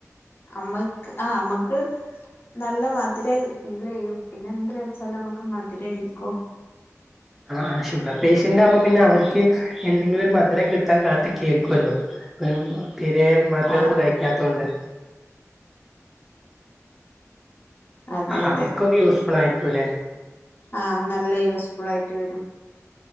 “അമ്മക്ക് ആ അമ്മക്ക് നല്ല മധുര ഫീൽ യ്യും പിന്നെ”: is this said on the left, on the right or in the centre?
Left